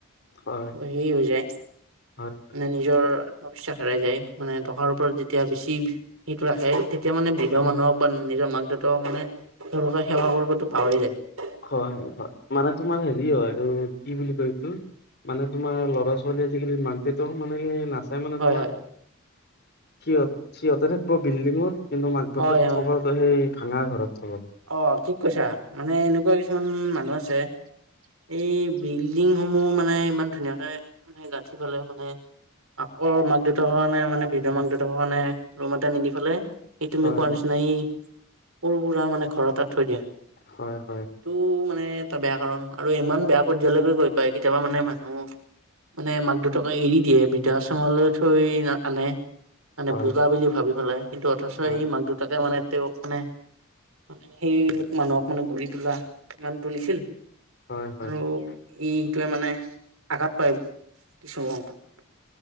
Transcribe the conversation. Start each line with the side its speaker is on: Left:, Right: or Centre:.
Left: হয়
Right: হেৰি হৈ যায়
Left: হয় হয়
Right: মে নিজৰ আত্মবিশ্বাস হেৰাই যায় মানে টকাৰ ওপৰত যেতিয়া বেছি সেইটো ৰাখে এতিয়া মানে বৃদ্ধ
Left: হয়
Right: মানুহক বা নিজৰ মাক দেউতাক মানে তেওঁলোকে সেৱা কৰিবতো পাহৰি যায়
Left: হয় হয় মানে তোমাৰ হেৰি হয় কি বুলি কয়টো মানে তোমাৰ ল'ৰা ছোৱালী আজিকালি মাক দেউত মানে কি নাচ চাই মানে
Right: হয়
Left: তোমাৰ
Right: হয়
Left: সিহঁত সিহঁতে থাকিব বিল্ডিঙত কিন্তু মাক
Right: হয়
Left: বাপেত
Right: হয়
Left: থবতো সেই ভাঙা ঘৰত থব
Right: অ ঠিক কৈছা মানে এনেকুৱা কিছুমান মানুহ আছে এই বিল্ডিং সমূহ মানে ইমান ধুনীয়াকে মানে গাঁঠি পালে মানে আক মাক দেউতাক কাৰণে মানে বিৰ মাক দেউতাক কাৰণে ৰুম এটা নিদি পালাই সেই তুমি
Left: হয়
Right: কোৱাৰ নিচিনা সেই সৰু সুৰা। মানে ঘৰ এ তাত থৈ দিয়া
Left: হয় হয়
Right: তটো মানে এটা বেয়া কাৰণ আৰু ইমান বেয়া পৰ্যয়ায়লৈকে গৈ পায় কেতিয়াবা মানে মানুহ। মানে মাক দেউটাকে এৰি দিয়ে বৃদ্ধাশ্ৰমলৈ থৈ আনে মানে
Left: হয়
Right: বুজা বুলি ভাবি পেলাই কিন্তু অথচ সেই
Left: হয়
Right: মাক দুটাকে মানে তেওঁক মানে। মানে সেই লোক মানুহক মানে গু় তোলা ইমান তুলিছিল
Left: হয় হয়
Right: আৰু
Left: হয়
Right: ইটোৱে মানে আঘাত পায় কিছু সংকট